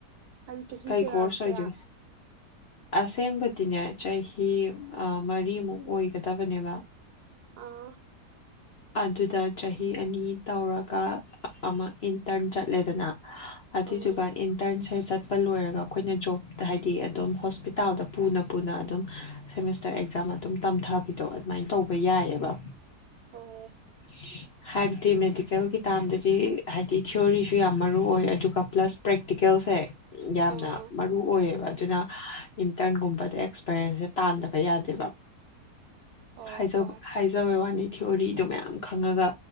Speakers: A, on the right; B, on the left.
A: ꯑꯗꯨ ꯆꯍꯤ
B: ꯀꯩ
A: ꯀꯌꯥ
B: ꯀꯣꯔꯁ
A: ꯀꯌꯥ
B: ꯑꯣꯏꯗꯣꯏ ꯑꯁꯦꯡꯕꯗꯤꯅꯦ ꯆꯍꯤ ꯑꯥ ꯃꯔꯤꯃꯨꯛ ꯑꯣꯏꯒꯗꯕꯅꯦꯕ
A: ꯑꯥ
B: ꯑꯗꯨꯗ ꯆꯍꯤ ꯑꯅꯤ ꯇꯧꯔꯒ ꯑꯃ ꯏꯟꯇꯔꯟ ꯆꯠꯂꯦꯗꯅ ꯑꯗꯨꯏꯗꯨꯒ
A: ꯑꯥ
B: ꯏꯟꯇꯔꯟꯁꯦ ꯆꯠ ꯄ ꯂꯣꯏꯔꯒ ꯑꯩꯈꯣꯏꯅ ꯖꯣꯕꯇ ꯍꯥꯏꯗꯤ ꯑꯗꯨꯝ ꯍꯣꯁꯄꯤꯇꯥꯜꯗ ꯄꯨꯅ ꯄꯨꯅ ꯑꯗꯨꯝ ꯁꯦꯃꯤꯁꯇꯔ ꯑꯦꯛꯖꯥꯝ ꯑꯗꯨꯝ ꯇꯝꯊꯕꯤꯗꯣ ꯑꯗꯨꯃꯥꯏꯅ ꯇꯧꯕ ꯌꯥꯏꯑꯦꯕ
A: ꯑꯣ
B: ꯎꯝ ꯍꯥꯏꯕꯗꯤ ꯃꯦꯗꯤꯀꯦꯜꯒꯤ ꯇꯥꯝꯗꯗꯤ ꯍꯥꯏꯗꯤ ꯊꯤꯑꯣꯔꯤꯁꯨ ꯌꯥꯝ ꯃꯔꯨ ꯑꯣꯏ ꯑꯗꯨꯒ ꯄ꯭ꯂꯁ ꯄ꯭ꯔꯦꯛꯇꯤꯀꯦꯜꯁꯦ ꯌꯥꯝꯅ
A: ꯑꯣ
B: ꯃꯔꯨ ꯑꯣꯏꯌꯦꯕ ꯑꯗꯨꯅ ꯏꯟꯇꯔꯟꯒꯨꯝꯕꯗ ꯑꯦꯛꯁꯄꯔꯤꯌꯦꯟꯁꯁꯦ ꯇꯥꯟꯗꯕ ꯌꯥꯗꯦꯕ
A: ꯑꯣ
B: ꯍꯥꯢꯖꯕ
A: ꯍꯣꯏ
B: <inaudible> <inaudible> <unintelligible> ꯊꯤꯑꯣꯔꯤꯗꯣ ꯃꯌꯥꯝ ꯈꯪꯉꯒ